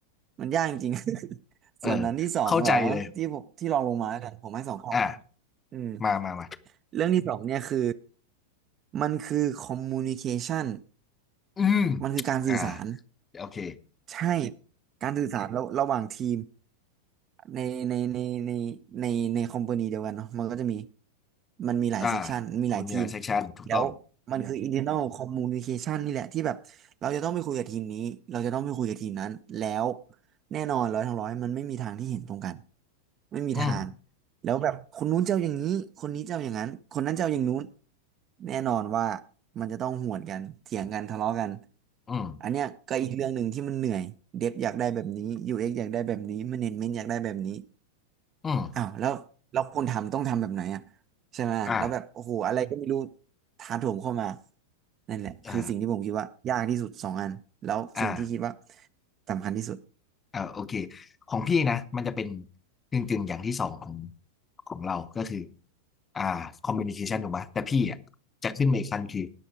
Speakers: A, on the right; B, on the left.
A: มันยากจริงๆ <laughs>
B: เออ
A: ส่วนนั้นที่สองเหรอที่ผมที่ลองลงมาแล้วกันผมให้สองข้อ
B: เข้าใจเลยอ่ะ
A: อืม
B: มามามา
A: เรื่องที่สองเนี่ยคือมันคือ communication
B: อืม
A: มันคือการสื่อสาร
B: อ่าโอเค
A: ใช่การสื่อสารระระหว่างทีมในในในในในในคอมพานีเดียวกันเนาะมันก็จะมีมันมีหลายเซกชันมีหลายทีม
B: อ่ามันมีหลายเซกชันถูกต้อง
A: แล้วมันคือ internal communication นี่แหละที่แบบเราจะต้องไปคุยกับทีมนี้เราจะต้องไปคุยกับทีมนั้นแล้วแน่นอนร้อยทั้งร้อยมันไม่มีทางที่เห็นตรงกันไม่มีทาง
B: อืม
A: แล้วแบบคนนู้นเจ้าอย่างนี้คนนี้เจ้าอย่างนั้นคนนั้นเจ้าอย่างนู้นแน่นอนว่ามันจะต้องหวนกันเถียงกันทะเลาะกัน
B: อืม
A: อันเนี้ยก็อีกเรื่องหนึ่งที่มันเหนื่อยเดฟอยากได้แบบนี้ UX อกซ์อยากได้แบบนี้ Management อยากได้แบบนี้
B: อืม
A: อ้าวแล้วแล้วคนทำต้องทำแบบไหนอ่ะใช่ไหม
B: อ่า
A: แล้วแบบโอ้โหอะไรก็ไม่รู้ถาโถมเข้ามานั่นแหละคือสิ่งที่ผมคิดว่ายากที่สุดสองอันแล้วสิ่งที่คิดว่า
B: อ่าอ่า
A: สำคัญที่สุด
B: เอ่าโอเคของพี่นะมันจะเป็นกึ่งกึ่งอย่างที่สองของของเราก็คืออ่าคอมมิวนิเคชันถูกไหมแต่พี่อ่ะจะขึ้นมาอีกขั้นคือ